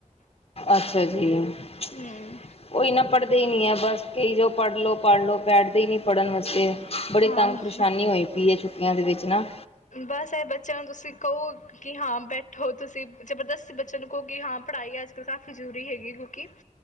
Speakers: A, on the left; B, on the left.
A: ਅੱਛਾ ਜੀ ਓਹੀ
B: ਹੂੰ
A: ਨਾ ਪੜ ਹੀ ਨੀ ਹੈ ਬਸ ਕਈ ਜਾਓ ਪੜ੍ਹਲੋ। ਪੜ੍ਹ ਲਓ ਬੈਠਦੇ ਹੀ ਨੀ ਪੜ੍ਹਨ ਵਾਸਤੇ ਬੜੀ
B: ਹਾਂ
A: ਤੰਗ ਪਰੇਸ਼ਾਨੀ ਹੋਈ ਪਈ ਹੈ ਛੁੱਟੀਆਂ ਦੇ ਵਿੱਚ ਨਾ।
B: ਬਸ ਇਹ ਬੱਚਿਆਂ ਨੂੰ ਤੁਸੀਂ ਕਹੋ ਕਿ ਹਾਂ ਬੈਠੋ ਤੁਸੀ। ਜ਼ਬਰਦਸਤੀ ਬੱਚਿਆਂ ਨੂੰ ਕਹੋ ਕਿ ਹਾਂ ਪੜ੍ਹਾਈ ਅੱਜ ਕੱਲ੍ਹ ਕਾਫੀ ਜ਼ਰੂਰੀ ਹੈਗੀ। ਕਿ